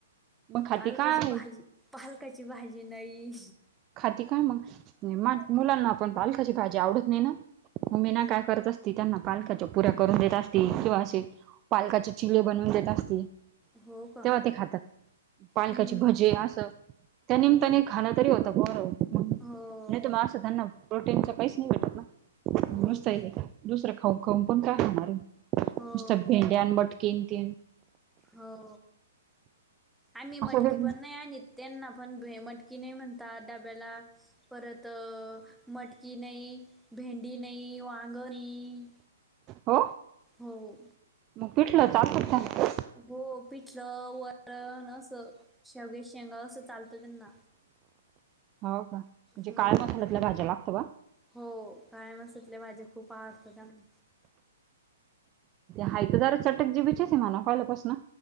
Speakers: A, on the right (about 25°); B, in the centre.
A: मग खाती
B: पालकाची
A: काय?
B: भाजी पालकाची भाजी नाही,
A: खाती काय मग मुलांना आपण पालकाची भाजी आवडत नाही ना मीना
B: हो,
A: काय करत असते. त त्यांना पालकाच्या पुऱ्या करून देत असती किंवा असे पालकाचे चिले बनवून देत असते.
B: हो का?
A: तेव्हा ते खातात. पालकाची
B: हं.
A: भजे असं त्यानिमित्ताने खाण तरी होत. बर नाही
B: हो,
A: त मग असं ध प्रोटीनच काहीच नाही भेटत ना.
B: हो
A: नसत
B: का?
A: दुसरा खाऊन खाऊन पण काय खाणार
B: हो,
A: <unintelligible> भेंडी आणि मटकी अन ते.
B: हो आम्ही
A: असं
B: मटकी
A: वेगळं
B: पण नाही आणीत त्यांना पण मटकी की नाही म्हणतात डाब्याला परत मटकी नाही, भेंडी नाही, वांग नाही,
A: हो
B: हो.
A: मग पिटलं चालत का.
B: हो पिठलं, वरण, असं शेवग्याच्या शेंगा असं चालतं त्यांना.
A: हाव का. म्हणजे
B: हम्म
A: काळ्या मसाल्यातल्या भाज्या लागतं बा
B: हो काळे मसातले भाज्या खूप आवडतात त्यांना.
A: हाय जरा चटक जीबीचे आहे म्हणा पहिल्यापासन.